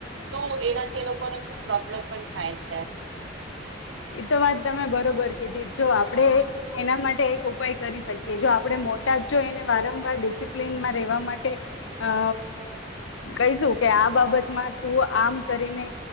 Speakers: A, on the right; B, on the left.
A: તો એનાથી એ લોકોને ખુબ પ્રોબ્લેમ પણ થાય છે
B: એતો વાત તમે બરોબર કીધી જો આપણેે એના માટે એક ઉપાય કરી શકીએ જો આપડણે મોટા જ જો એને વારંવાર ડિસિપ્લિનમાં રહેેવા માટે અ કહીશું કે આ બાબતમાં તું આમ કરીને